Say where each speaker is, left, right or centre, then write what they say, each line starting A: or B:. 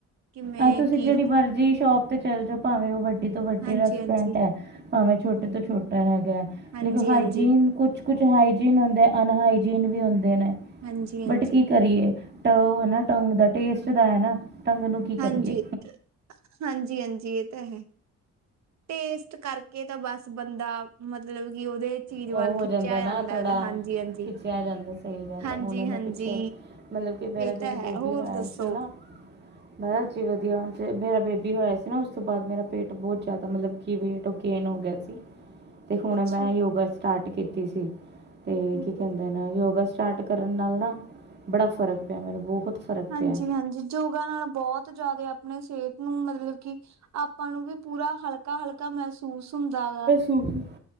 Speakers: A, on the right (about 65°); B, on the right (about 35°).
A: ਕਿਵੇਂ
B: ਆਹ ਤੁਸੀਂ
A: ਕੀ
B: ਜਿਹੜੀ ਮਰਜ਼ੀ ਸ਼ੋਪ ਤੇ ਚੱਲ ਜਾਓ, ਭਾਵੇਂ ਉਹ ਵੱਡੀ ਵੱਡੀ
A: ਹਾਂਜੀ
B: ਰੈਸਟੋਰੈਂਟ
A: ਹਾਂਜੀ
B: ਹੈ, ਭਾਵੇਂ ਛੋਟੇ ਤੋਂ ਛੋਟਾ ਹੈਗਾ ਹੈ,
A: ਹਾਂਜੀ
B: ਲੇਕਿਨ ਹਾਈਜੀਨ
A: ਹਾਂਜੀ
B: ਕੁਛ ਕੁਛ ਹਾਈਜੀਨ ਹੁੰਦੇ, ਅਨਹਾਜੀਨ ਵੀ ਹੁੰਦੇ ਨੇ,
A: ਹਾਂਜੀ ਹਾਂਜੀ
B: ਬਟ ਕੀ ਕਰੀਏ। ਟ ਹਨਾ ਟੰਗ ਦਾ, ਟੇਸਟ ਦਾ ਹੈ ਨਾ, ਟੰਗ ਨੂੰ ਕੀ ਕਰੀਏ
A: ਹਾਂਜੀ, ਹਾਂਜੀ ਹਾਂਜੀ ਇਹ ਤਾਂ ਹੈ। ਟੇਸਟ ਕਰਕੇ ਤਾਂ ਬਸ ਬੰਦਾ, ਮਤਲਬ ਕਿ ਉਹਦੇ ਚੀਜ਼
B: ਉਹ
A: ਵੱਲ
B: ਹੋ
A: ਖਿੱਚਿਆ
B: ਜਾਂਦਾ ਨਾ ਥੋੜ੍ਹਾ,
A: ਹੈਗਾ ਹਾਂਜੀ ਹਾਂਜੀ
B: ਖਿੱਚਿਆ ਜਾਂਦਾ ਸਹੀ ਗੱਲ,
A: ਹਾਂਜੀ
B: ਹੁਣ ਮੈਂ
A: ਹਾਂਜੀ
B: ਪਿੱਛੇ ਮਤਲਬ ਕਿ, ਮੇਰਾ
A: ਇਹ
B: ਜਦੋਂ
A: ਤਾਂ
B: ਬੇਬੀ
A: ਹੈ ਹੋਰ
B: ਹੋਇਆ
A: ਦੱਸੋ
B: ਸੀ ਨਾ ਬਸ ਜੀ ਵਧੀਆਣ, ਮੇਰਾ ਬੇਬੀ ਹੋਇਆ ਸੀ ਨਾ ਉਸ ਤੋਂ ਬਾਅਦ ਮੇਰਾ ਪੇਟ ਬਹੁਤ ਜ਼ਿਆਦਾ ਮਤਲਬ ਕੀ, ਵੇਟ ਉਹ ਗੇਨ ਹੋ ਗਿਆ ਸੀ ਤੇ ਹੁਣ
A: ਅੱਛਾ
B: ਮੈਂ ਯੋਗਾ ਸਟਾਰਟ ਕੀਤੀ ਸੀ,
A: ਜੀ,
B: ਤੇ
A: ਠੀਕ
B: ਕੀ ਕਹਿੰਦੇ
A: ਹੈ ਜੀ
B: ਨਾ ਯੋਗਾ ਸਟਾਰਟ ਕਰਨ ਨਾਲ ਨਾ, ਬੜਾ ਫ਼ਰਕ ਪਿਆ ਮੈਨੂੰ ਬਹੁਤ ਫ਼ਰਕ
A: ਹਾਂਜੀ,
B: ਪਿਆ
A: ਹਾਂਜੀ। ਯੋਗਾ ਨਾਲ ਬਹੁਤ ਜਿਆਦਾ, ਆਪਣੇ ਸਿਹਤ ਨੂੰ ਮਤਲਬ ਕਿ ਆਪਾਂ ਨੂੰ ਵੀ ਪੂਰਾ ਹਲਕਾ- ਹਲਕਾ ਲਕਾ ਮਹਿਸੂਸ ਹੁੰਦਾ ਗਾ।
B: ਹੂੰ।